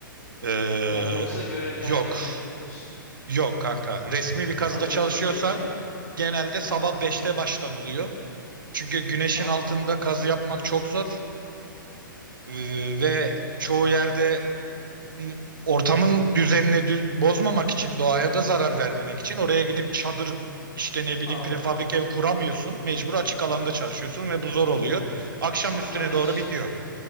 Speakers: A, on the right; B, on the left.
A: Ee,
B: Yani yoksa görev geldikçe
A: yok.
B: mi gidiyorsun?
A: Yok kanka. Resmi bir kazıda
B: Kazı
A: çalışıyorsan
B: şey geldi.
A: genelde sabah
B: Aha
A: beşte başlanılıyor. Çünkü güneşin
B: anladım.
A: altında kazı yapmak çok zor. Ee, ve çoğu yerde m, ortamın düzenini dü- bozmamak için, doğaya da zarar vermemek için oraya gidip çadır işte ne bileyim
B: Anladım.
A: prefabrik ev kuramıyorsun. Mecbur açık alanda çalışıyorsun ve bu zor oluyor. Akşam
B: Ya
A: üstüne
B: Ama hiç
A: doğru bitiyor.